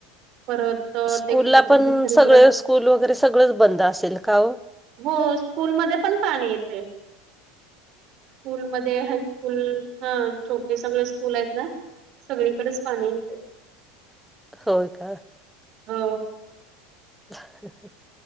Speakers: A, on the right; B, in the centre.
A: परत अ,
B: स्कूलला
A: ते कुठ तरी
B: पण
A: दुसरीकडं
B: सगळे स्कूल वगैरे सगळंच बंद असेल का हो
A: हो स्कूलमध्ये पण पाणी येतंय स्कूल मध्ये हायस्कूल हा छोटे सगळे स्कूल आहेत ना सगळीकडेच पाणी येतं
B: हो का
A: हो
B: <inaudible>